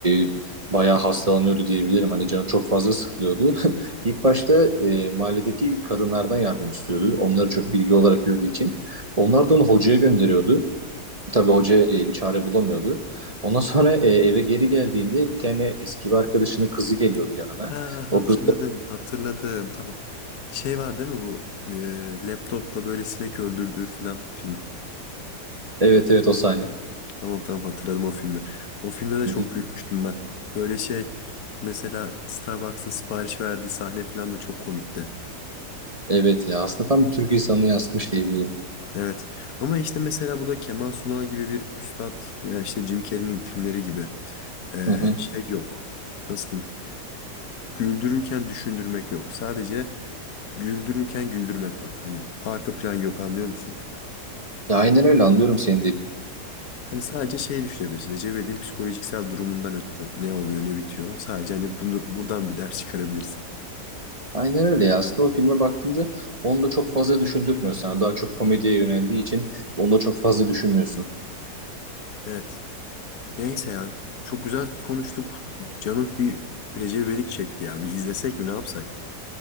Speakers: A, on the right (about 25°); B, on the left (about 60°).
A: e, bayağı hastalanıyordu diyebilirim. Hani canı çok fazla sıkılıyordu. <laughs> İlk başta e, mahalledeki kadınlardan yardım istiyordu. Onları çok bilgi olarak gördüğü için. Onlar da onu hocaya gönderiyordu. Tabii hoca e, bir çare bulamıyordu. Ondan sonra e, eve geri geldiğinde bir tane eski bir arkadaşının kızı geliyordu yanına.
B: Ha,
A: O
B: hatırladım,
A: kız
B: hatırladım. Tamam. Şey var değil mi bu? Ee, laptopla böyle sinek öldürdüğü falan film.
A: evet evet o sahne.
B: Tamam tamam hatırladım o filmi. O filme de
A: Hı
B: çok
A: hı.
B: gülmüştüm ben. Böyle şey mesela Starbucks'ta sipariş verdiği sahne falan da çok komikti.
A: Evet ya aslında tam bir Türk insanını yansıtmış diyebilirim.
B: Evet. Ama işte mesela burada Kemal Sunal gibi bir üstad veya işte Jim Carrey'nin filmleri gibi ee,
A: Hı hı.
B: şey yok. Nasıl diyeyim? Güldürürken düşündürmek yok. Sadece güldürürken güldürmek var. Hani arka plan yok anlıyor musun?
A: Ya aynen öyle anlıyorum seni de.
B: Hani sadece şey düşünebilirsin. Recep İvedik'in psikolojiksel durumundan ötürü ne oluyor ne bitiyor. Sadece hani bunu, buradan bir ders çıkarabilirsin.
A: Aynen öyle ya. Aslında o filme baktığında onu da çok fazla düşündürtmüyor sana. Daha çok komediye yöneldiği için onu da çok fazla düşünmüyorsun.
B: Evet. Neyse ya. Çok güzel konuştuk. Canım bir Recep İvedik çekti ya. Bir izlesek mi ne yapsak?